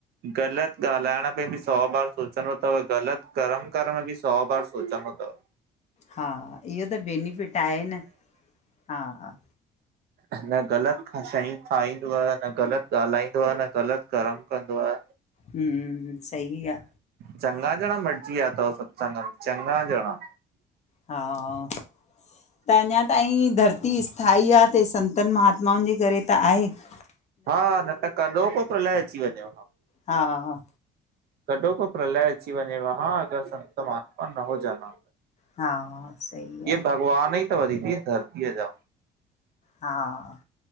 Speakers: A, on the right; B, on the left.
A: गलत ॻाल्हाइण में बि सौ बार सोचंदो तव, गलत करम करण में बि सौ बार सोचंदो अथव
B: हा, इहो त बेनिफिट आहे न, हा हा
A: न ग़लत शयूं खाईंदोआ, न ग़लत ॻाल्हाईंदो आ, न ग़लत कर्म कंदो आ।
B: हूं, सही आ।
A: चङा ॼणा मटजी व्या तव, सत्संग में, चङा जणा।
B: हा हा त अञा ताईं धरती स्थाई आ, ते संतनि महात्माउन जे करे त आहे। <inaudible>
A: हा, न त कॾोको प्रलय अची वञेव हां।
B: हा हा
A: कॾोको प्रलय अची वञेव हां, अगर संत महात्मा न हुजन हां।
B: हा सही आ
A: इऐ भॻवान ई तव, दीदी, धरतीअ जा।
B: हा